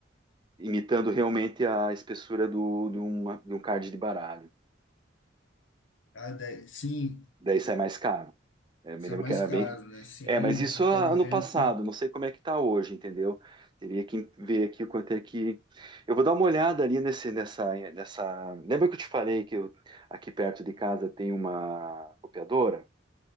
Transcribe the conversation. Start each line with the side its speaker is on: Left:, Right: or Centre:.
Right: imitando realmente a espessura do, de, uma, de um card de baralho.
Left: Ah, daí- sim,
Right: Daí sai mais caro. É, Eu me
Left: isso
Right: lembro
Left: é mais
Right: que era
Left: caro,
Right: bem.
Left: né? Sim,
Right: É, mas isso
Left: a gente
Right: ah,
Left: tava
Right: ano
Left: vendo.
Right: passado, não sei como é que tá hoje, entendeu? Teria que ver aqui o quanto é que. Eu vou dar uma olhada ali nesse, nessa, nessa. Lembra que eu te falei que eu, aqui perto de casa tem uma copiadora?